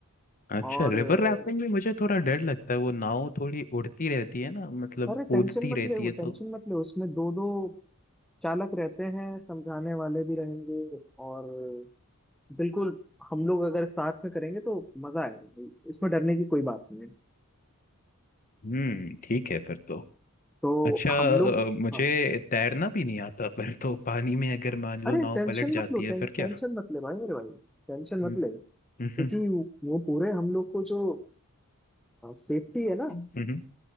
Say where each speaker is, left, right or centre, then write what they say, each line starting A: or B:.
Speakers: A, on the left; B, in the centre.
A: अच्छा
B: और
A: रिवर
B: अ,
A: राफ्टिंग भी मुझे थोड़ा डर लगता है वो नाव थोड़ी उड़ती रहती है ना मतलब
B: अरे
A: कूदती
B: टेंशन मत
A: रहती
B: ले वो
A: है
B: टेंशन
A: तो
B: मत ले उसमें दो दो चालक रहते हैं समझाने वाले भी रहेंगे और बिल्कुल हम लोग अगर साथ में करेंगे तो मजा आएगा भाई इसमें डरने की कोई बात नहीं है
A: हम्म ठीक है फिर तो
B: तो
A: अच्छा
B: हम लोग
A: अ, मुझे
B: हाँ,
A: तैरना भी नहीं आता पर तो पानी में अगर मान लो
B: अरे
A: नाव
B: टेंशन
A: पलट जाती
B: मत लो
A: है
B: टें,
A: फिर
B: टेंशन
A: क्या
B: मत ले भाई मेरे भाई टेंशन मत
A: हम्म
B: ले क्योंकि
A: हम्म
B: वो पूरे हम लोग को जो सेफ्टी है ना
A: हम्म हम्म